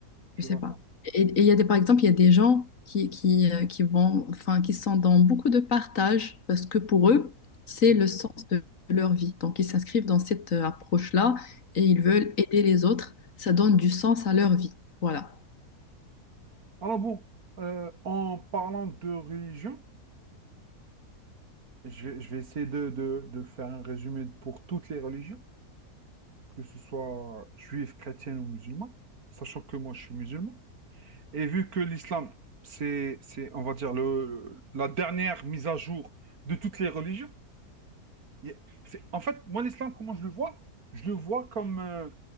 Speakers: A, on the right (about 65°); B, on the left (about 55°).
A: je
B: je sais
A: vois
B: pas.
A: ça.
B: Et, et il y a des, par exemple, il y a des gens qui, qui, euh, qui vont, enfin, qui sont dans beaucoup de partage parce que pour eux, c'est
A: Mhm.
B: le sens de leur vie. Donc, ils s'inscrivent dans cette euh, approche-là et ils veulent aider les autres. Ça donne du sens à leur vie. Voilà.
A: Alors bon, euh, en parlant de religion, je vais, je vais essayer de, de- de faire un résumé pour toutes les religions, que ce soit juif, chrétienne ou musulman, sachant que moi je suis musulman. Et vu que l'islam, c'est, c'est, on va dire, le, la dernière mise à jour de toutes les religions, il y a- c'est- en fait, moi l'islam, comment je le vois? Je le vois comme, euh,